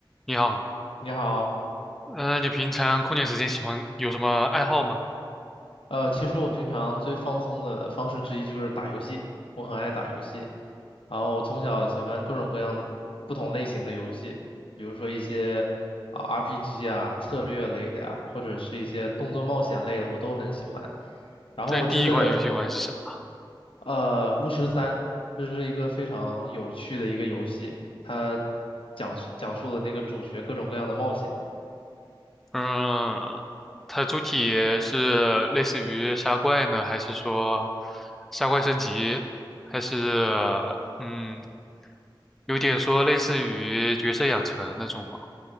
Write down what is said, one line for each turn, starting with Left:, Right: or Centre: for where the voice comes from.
Centre: 你好，
Left: 你好，
Centre: 呃，你平常空闲时间喜欢有什么爱好吗？
Left: 呃，其实我平常最放松的方式之一就是打游戏，我很爱打游戏，然后我从小喜欢各种各样不同类型的游戏，比如说一些啊、RPG 啊、策略类的呀，或者是一些动作冒险类的，我都很喜欢。然后我真的，
Centre: 那你第一款游戏玩是什么
Left: 呃，《巫师三》这是一个非常有趣的一个游戏，它讲讲述的那个主角各种各样的冒险。
Centre: 嗯，它主体是类似于杀怪呢，还是说杀怪升级，还是嗯，有点说类似于角色养成那种吗？